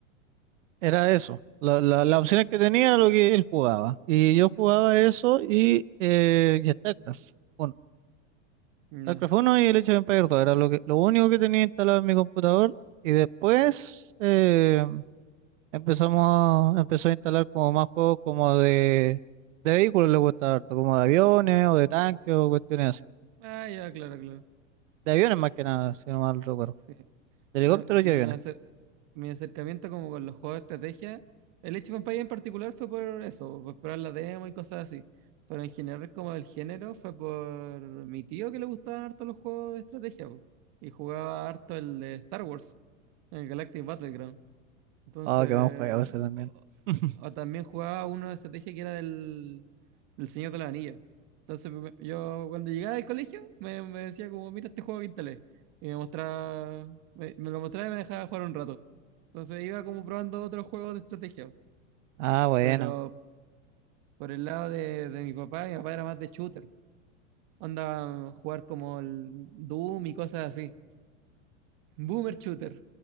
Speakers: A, on the right; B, on the right.
A: Era eso. La, la, las opciones que tenía era lo que él jugaba. Y yo jugaba eso y, eh, y StarCraft 1.
B: No.
A: StarCraft uno y el hecho de Empire 2 era lo que, lo único que tenía instalado en mi computador. Y después eh, empezamos, empezó a instalar como más juegos como de, de vehículos le gustaba harto, como de aviones o de tanques o cuestiones así.
B: Ah, ya, claro, claro.
A: De aviones más que nada, si no mal recuerdo.
B: Sí.
A: De helicópteros
B: No, mi,
A: y aviones.
B: acer- mi acercamiento como con los juegos de estrategia, el Age of Empires en particular fue por eso, por esperar la demo y cosas así. Pero en general como del género fue por mi tío que le gustaban harto los juegos de estrategia po, y jugaba harto el de Star Wars, el Galactic Battleground. Entonces,
A: Ah, qué buen juego ese
B: o,
A: también. <laughs>
B: o también jugaba uno de estrategia que era del, del Señor de los Anillos. Entonces, me- yo cuando llegaba del colegio, me, me decía como, mira este juego que instalé. Y me mostraba, me, me lo mostraba y me dejaba jugar un rato. Entonces iba como probando otros juegos de estrategia.
A: Ah, bueno.
B: Pero por el lado de, de mi papá, mi papá era más de shooter. Onda jugar como el Doom y cosas así. Boomer shooter.